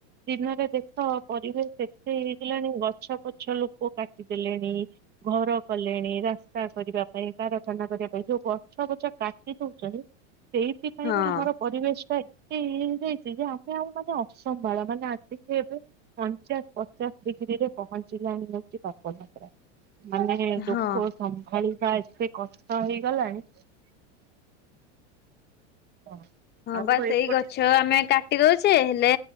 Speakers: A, on the right; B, on the left.
A: ଦିନରେ ଦେଖ ପରିବେଶ ସେତେ ହେଇଗଲାଣି ଗଛ ପଛ ଲୋକ କାଟିଦେଲେଣି। ଘର କଲେଣି ରାସ୍ତା କରିବା ପାଇଁ କାରଖାନା କରିବା ପାଇଁ, ଯୋଉ ଗଛ ପଛ କାଟି ଦଉଛନ୍ତି ସେଇଥିପାଇଁ
B: ହଁ
A: ଆମର ପରିବେଶ ଟା ଏତେ ଇଏ ହେଇ ଯାଇଛି ଯେ ଆମେ ଆଉ ମାନେ ଅସମ୍ବାଳ ମାନେ ଆସିକି ଏବେ ପଞ୍ଚାଶ ପଚାଶ ଡିଗ୍ରୀରେ ପହଞ୍ଚିଲାଣି ହଉଛି ତାପମାତ୍ରା। ମାନେ
B: ହଁ
A: ଲୋକ ସମ୍ଭାଳିବା ଏତେ କଷ୍ଟ ହେଇଗଲାଣି। ହଁ।
B: ହଁ
A: ଆଉ
B: ବା
A: ଏପଟେ
B: ସେଇ ଗଛ ଆମେ କାଟି ଦଉଛେ, ହେଲେ